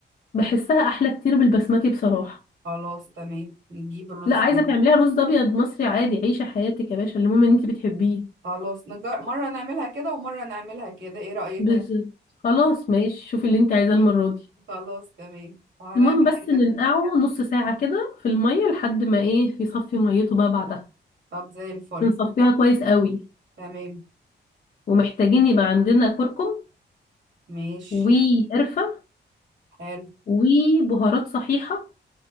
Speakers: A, on the left; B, on the right.
A: بحسها احلى كتير بالبسمتي بصراحة
B: خلاص تمام نجيب الرز
A: لا عايزة
B: دي.
A: تعمليها رز ابيض مصري عادي عيشة حياتك يا باشا المهم ان انت بتحبيه
B: خلاص نجر... مرة نعملها كده ومرة نعملها كده ايه رأيك؟
A: بالظبط خلاص ماشي شوفي اللي انت عايزاه
B: مم.
A: المرة دي
B: خلاص تمام وهنعمل
A: المهم بس
B: كده
A: ننقعه نص ساعة كده في المية لحد ما ايه يصفي ميته بقى بعدها
B: طب زي الفل
A: بنصفيها كويس قوي
B: تمام
A: ومحتاجين يبقى عندنا كركم
B: ماشي
A: وقرفة
B: حلو
A: وبهارات صحيحة